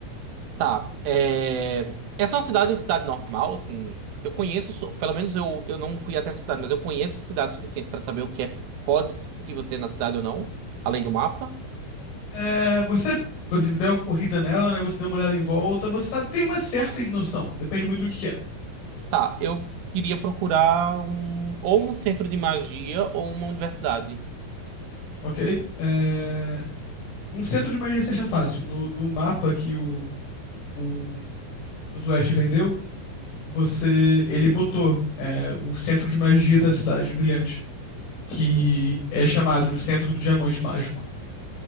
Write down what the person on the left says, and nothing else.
É, você, assim, você deu uma corrida nela, né? Você deu uma olhada em volta, você sabe, tem uma certa noção, depende muito do que que é,
ok? É, um centro de magia seja fácil. No, no mapa que o, o, o Zuete vendeu, você, ele botou é, o centro de magia da cidade de Brilhante, que
é chamado de o Centro do Diamante Mágico.